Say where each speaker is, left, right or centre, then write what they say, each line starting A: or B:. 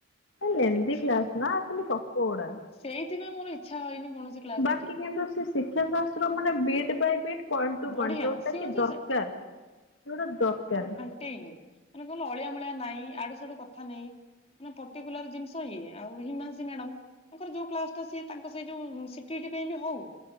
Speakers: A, on the left (about 70°); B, on the left (about 30°).
A: ଲେନ୍ଦି
B: ଦେଖିବି।
A: କ୍ଲାସ ନା ଖାଲି ଗପ ଗୁଡା।
B: ସେଇଥିପାଇଁ ମୋର ଇଚ୍ଛା ହଇନି କୌଣସି କ୍ଲାସ୍
A: ବାକି
B: ଦେଖିବାକୁ
A: କିନ୍ତୁ ସେ ଶିକ୍ଷା ଶାସ୍ତ୍ର ମାନେ bit by bit point to
B: ବଢିଆ
A: point ଯୋଉଟା
B: ସିଏ
A: କି
B: ହଉଚି
A: ଦରକାର
B: ସେ
A: ଯୋଉଟା ଦରକାର।
B: ତେ ମାନେ କହିଲ ଅଳିଆ ମଳିଆ ନାଇଁ ଆଡୁ ସଡୁ କଥା ନାଇଁ ମାନ ପର୍ଟିକୁଲାର ଜିନିଷ ଇଏ, ଆଉ ହିମାଂଶୀ ମ୍ୟାଡ଼ାମ ତାଙ୍କର ଯୋଉ କ୍ଲାସଟା ସିଏ ତାଙ୍କ ସେଇ ଯୋଉ, ସି ଟି ଇ ଟି ପାଇଁ ବି ହଉ।